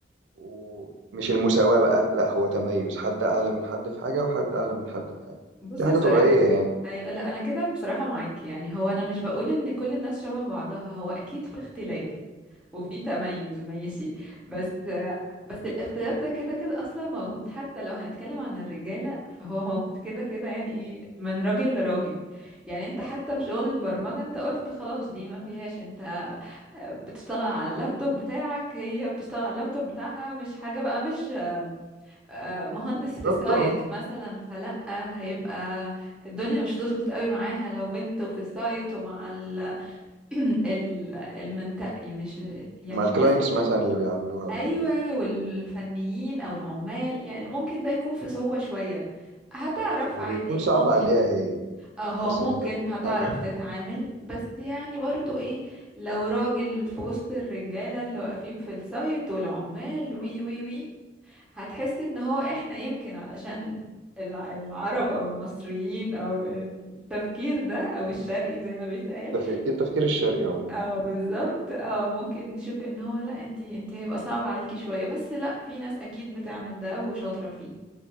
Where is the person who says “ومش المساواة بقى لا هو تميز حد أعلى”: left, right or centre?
Right